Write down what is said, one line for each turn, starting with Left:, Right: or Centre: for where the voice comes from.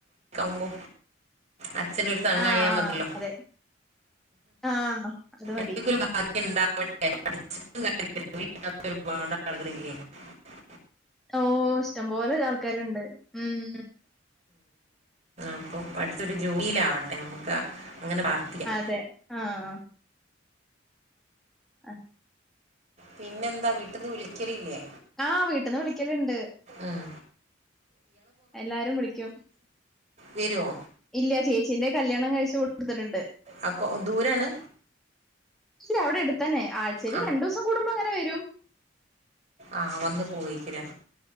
Right: നമ്പോ അച്ഛനൊരു താങ്ങയാ
Centre: ആ ആ
Right: മതില്ലോ
Centre: അതെ ആ അത് മതി
Right: എനക്കൊ ഒരു ഭാഗ്യം ഇണ്ടാ <unintelligible>
Centre: ഓ ഇഷ്ടംപോലെ ആൾക്കാരുണ്ട് ഉം
Right: അപ്പൊ പഠിച്ചൊരു ജോലിയിലാവട്ടെ നമുക്ക് അങ്ങനെ പ്രാർത്ഥിക്കാം
Centre: അതെ ആ അ
Right: പിന്നെ എന്താ വീട്ടീന്ന് വിളിക്കലില്ലേ
Centre: ആ വീട്ടിന്ന് വിളിക്കലുണ്ട്
Right: ഉം.
Centre: എല്ലാരും വിളിക്കും
Right: വരോ
Centre: ഇല്ല ചേച്ചീന്റെ കല്യാണം കഴിച്ച കൂടുതലുണ്ട്
Right: അക്കോ ദൂരാണ്
Centre: ഇല്ല അവിടെ എടുത്തന്നെ ആഴ് ശരി
Right: ആ
Centre: രണ്ടു ദിവസം കൂടുമ്പോ അങ്ങനെ വരും
Right: ആ വന്ന് പോയിക്കിരേ